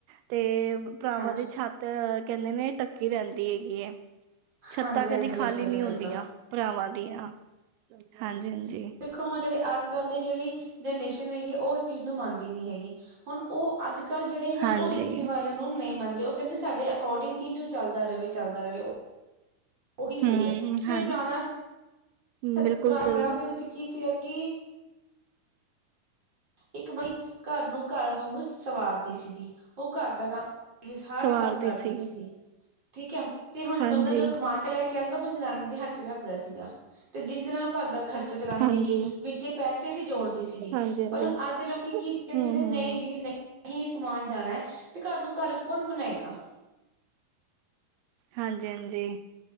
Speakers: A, on the right; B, on the right.
A: ਤੇ- ਭਰਾਵਾਂ
B: ਹਾਂਜੀ,
A: ਦੀ ਛੱਤ ਕਹਿਦੇ ਨੇ ਟੱਕੀ ਰਹਿਦੀ ਹੈਗੀ ਐ। ਛੱਤਾਂ
B: ਹਾਂਜੀ-ਹਾਂਜੀ
A: ਕਦੀ ਖਾਲੀ
B: ਬਿਲਕੁਲ ਜੀ
A: ਨੀ
B: ਬਿਲਕੁਲ।
A: ਹੁੰਦੀਆਂ ਭਰਾਵਾਂ ਦੀਆਂ, ਹਾਂਜੀ- ਹਾਂਜੀ
B: ਉੱਤੋਂ ਆ ਜਿਹੜੇ ਅਜ ਕਲ ਦੀ ਜਿਹੜੀ ਜਨਰੇਸ਼ਨ ਹੈਗੀ, ਉਹ ਇਸ ਚੀਜ ਨੂੰ ਮੰਨਦੀ ਨੀ ਹੈਗੀ। ਹੁਣ ਉਹ ਅਜ ਕਲ ਜਿਹੜੇ ਨਾ
A: ਹਾਂਜੀ,
B: ਉਹ ਰੀਤੀ ਰਿਵਾਜ ਨੂੰ ਨਹੀ ਮੰਨਦੇ ਉਹ ਕਹਿਦੇ ਸਾਡੇ ਅਕੋਰਡਿੰਗ ਹੀ ਜੋ ਚੱਲਦਾ ਰਵੇ ਚੱਲਦਾ ਰਵੇ ਉਹੀ ਸਹੀ
A: ਹੂੰ,
B: ਹੈ। ਤੇ
A: ਹਾਂਜੀ
B: ਪੁਰਾਣਾ ਪੁਰਾ
A: ਬਿਲਕੁਲ ਜ਼ਰੂਰ।
B: ਦੇ ਵਿਚ ਕੀ ਸੀਗਾ ਕਿ ਇਕ ਬਈ ਘਰ ਨੂੰ ਘਰ ਵਾਂਗੂ ਸਵਾਰਦੀ ਸੀਗੀ ਉਹ ਘਰ ਦਾ ਕਮ- ਸਾਰੇ
A: ਸਵਾਰਦੀ
B: ਕਮ ਕਰਦੀ
A: ਸੀ
B: ਸੀਗੀ, ਠੀਕ ਹੈ। ਤੇ ਹੁਣ
A: ਹਾਂਜੀ
B: ਬੰਦਾ ਜਦੋ ਕਮਾਨ ਚਲਾ ਜੇ ਕਹਿੰਦਾ ਆਪ ਜਨਾਨੀ ਦੇ ਹੱਥ ਚ ਰੱਖਦਾ ਸੀਗਾ ਤੇ ਜਿਸਦੇ ਨਾਲ ਘਰ ਦਾ ਖਰਚਾ ਚਲਾਂਦੀ
A: ਹਾਂਜੀ
B: ਹੀ, ਵਿੱਚ ਪੈਸੇ ਵੀ ਜੋੜਦੀ ਸੀਗੀ
A: ਹਾਂਜੀ ਹਾਂਜੀ
B: ਪਰ ਅੱਜ ਲੋਕੀ ਕੀ ਕਹਿੰਦੇ
A: ਹੂੰ
B: ਨੇ
A: ਹੂੰ
B: ਨਹੀਂ ਜੀ ਨਹ ਅਸੀਂ ਵੀ ਕਮਾਣ ਜਾਣਾ ਐ ਤੇ ਘਰ ਨੂੰ ਘਰ ਕੌਣ ਬਣਾਏਗਾ
A: ਹਾਂਜੀ ਹਾਂਜੀ